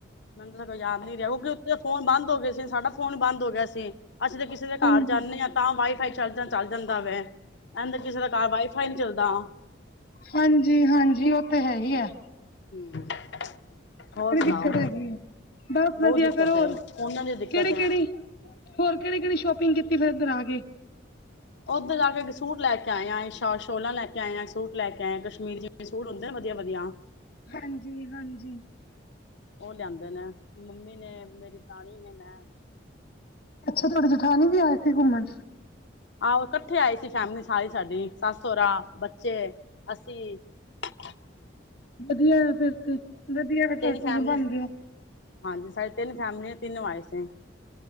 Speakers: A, on the left; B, on the left.
A: ਮੈਨੂੰ ਤਾਂ ਕੋਈ ਯਾਦ ਨੀ ਰਿਹਾ ਕਿਉਂਕਿ ਉੱਥੇ ਤਾਂ ਫੋਨ ਬੰਦ ਹੋ ਗਏ ਸੀ ਸਾਡਾ ਫੋਨ ਬੰਦ ਹੋ ਗਿਆ ਸੀ। ਅਸੀਂ ਤਾਂ ਕਿਸੇ ਦੇ ਘਰ
B: ਹਾਂਜੀ
A: ਜਾਂਦੇ ਹਾਂ ਤਾਂ ਵਾਈਫਾਈ ਚੱਲ ਚੱਲ ਜਾਂਦਾ ਵਾ, ਕਹਿੰ ਕਿਸੇ ਦਾ ਘਰ ਵਾਈਫਾਈ ਨੀ ਚੱਲਦਾ,
B: ਹਾਂਜੀ-ਹਾਂਜੀ, ਉਹ ਤੇ ਹੈ ਹੀ ਹੈ।
A: <unintelligible> ਹੋਰ
B: ਬੜੀ
A: ਸੁਣਾਓ,
B: ਦਿੱਕਤ ਹੈਗੀ ਹੈ ਬਸ
A: ਬਹੁਤ
B: ਵਧੀਆ
A: ਦਿੱਕਤ
B: ਫੇਰ ਹੋਰ
A: ਹੈ ਉਹਨਾਂ ਦੀ ਦਿੱਕਤ
B: ਕਿਹੜੀ
A: ਹੈ।
B: ਕਿਹੜੀ ਹੋਰ ਕਿਹੜੀ-ਕਿਹੜੀ ਸ਼ੋਪਿੰਗ ਕੀਤੀ, ਫਿਰ ਇੱਧਰ ਆ ਕੇ,
A: ਉੱਧਰ ਜਾ ਕੇ ਸੂਟ ਲੈ ਕੇ ਆਇਆ ਸ਼ੋਲਾਂ ਲੈ ਕੇ ਆਇਆ ਸੂਟ ਲੈ ਕੇ ਆਏ ਕਸ਼ਮੀਰੀ, ਸੂਟ ਹੁੰਦੇ ਵਧੀਆ-ਵਧੀਆ,
B: ਹਾਂਜੀ-ਹਾਂਜੀ।
A: ਉਹ ਲਿਆਂਦੇ ਨੇ, ਮੰਮੀ ਨੇ ਮੇਰੀ ਦਰਾਣੀ ਨੇ ਮੈਂ,
B: ਅੱਛਾ, ਤੁਆਡੇ ਜੇਠਾਨੀ ਵੀ ਆਏ ਸੀ ਘੁੰਮਣ।
A: ਆਹੋ, ਇਕੱਠੇ ਆਏ ਸੀ। ਫੈਮਿਲੀ ਸਾਰੀ ਸਾਡੀ ਸੱਸ, ਸਹਰਾ, ਬੱਚੇ ਅਸੀ। <inaudible>
B: ਵਦੀਆ ਯਾ ਫੇਰ ਤੇ, ਵਦੀਆ ਫੇਰ
A: ਤਿੰਨ
B: ਟੂਰ
A: ਫੈਮਲੀ
B: ਬਾਨ ਗੇਐ।
A: ਹਾਂਜੀ, ਸਾਡੀ ਤੇਨ ਫੈਮਲੀ ਏ ਤਿੰਨੋ ਆਏ ਸੀ।